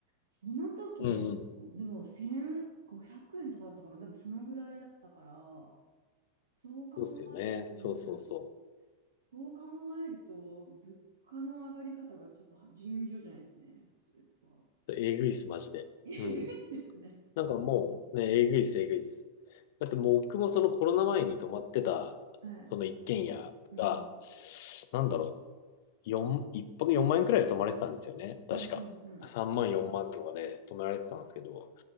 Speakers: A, on the right (about 65°); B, on the left (about 50°).
A: その時でも、
B: うんうん。
A: でも1500円とかだったかな、でもそのぐらいだったから、そう考える
B: そうっすよね。
A: と、
B: そうそうそ
A: うん、そう考えると、物価の上がり方がちょっとは尋常じゃないですね。それは。
B: う。えぐいっす、マジで。
A: <laughs> えぐいですね。
B: うん。なんかもう、ね、えぐいっす、えぐいっす。だってもう僕もそのコロナ前に泊まってた、
A: はい。
B: その一軒家が、
A: うんうん。
B: なんだろう、四一泊4万円くらいで泊まれてたんですよね。確か。
A: はいはいはい。
B: 3万、4万とかで泊められてたんですけど、